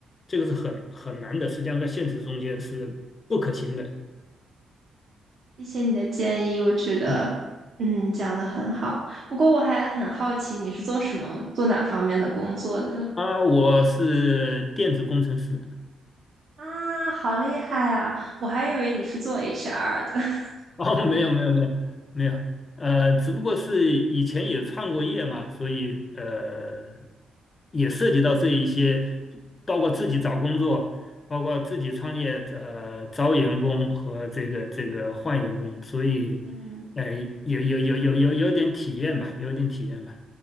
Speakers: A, on the left; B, on the right.
A: 这个是很很难的，实际上在现实中间是不可行的。
B: 谢谢你的建议，我觉得，
A: 嗯
B: 嗯，讲的很好。不过我还很好奇，你是做什么、做哪方面的工作的？
A: 啊，我是电子工程师，
B: 啊，好厉害啊！我还以为你是做 HR 的。<laughs>
A: <laughs> 哦，没有没有没有没有，呃，只不过是以前也创过业嘛，所以呃，也涉及到这一些，包括自己找工作，包括自己创业，呃，招员工和这个这个换员工，所以
B: 嗯
A: 呃，有有有有有有点体验吧，有点体验吧，